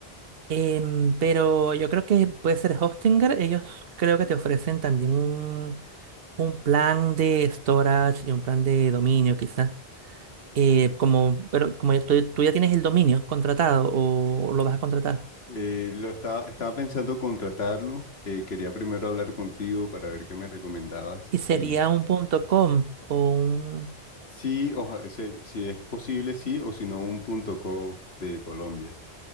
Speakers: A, on the right (about 65°); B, on the left (about 80°).
A: Em, pero yo creo que puede ser Hostinger. Ellos creo que te ofrecen también un, un plan de storage y un plan de dominio, quizás. Eh, como, pero como ya- tú, tú ya tienes el dominio contratado o lo vas a contratar.
B: Eh, lo estaba, estaba pensando contratarlo. eh, quería primero hablar contigo para ver qué me recomendabas.
A: Y sería
B: Y
A: un punto .com o un...
B: sí, oja- se- si es posible, sí, o si no, un punto co de Colombia.